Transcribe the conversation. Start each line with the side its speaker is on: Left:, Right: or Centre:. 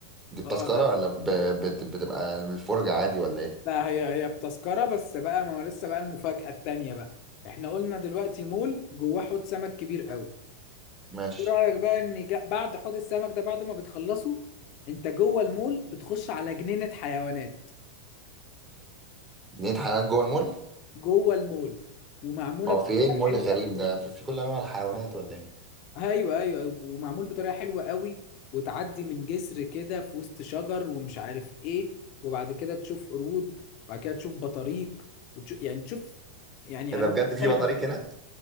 Right: دي التذكره
Left: اه ده
Right: ولا ب- بت- بتبقى الفرجه عادي ولا ايه
Left: لا هي هي بتذكرة بس بقى ما هو لسه بقى المفاجأة التانية بقى احنا قلنا دلوقتي مول جواه حوض سمك كبير قوي
Right: ماشي
Left: ايه رأيك بقى ان جا- بعد حوض السمك ده بعد ما بتخلصه انت جوه المول بتخش على جنينة حيوانات
Right: جنينة حيوانات جوه المول
Left: جوه المول ومعموله
Right: هو
Left: بطريقه
Right: في ايه المول
Left: حلوه
Right: الغريب
Left: قوي
Right: ده في, في كل انواع الحيوانات ولا ايه
Left: ايوه ايوه ومعمول بطريقه حلوه قوي وتعدي من جسر كده في وسط شجر ومش عارف ايه وبعد كده تشوف قرود وبعد كده تشوف بطاريق وتشوف يعني تشوف يعني
Right: إيه
Left: انواع
Right: ده بجد
Left: مختلفه
Right: في بطاريق
Left: من الحيوانات
Right: هناك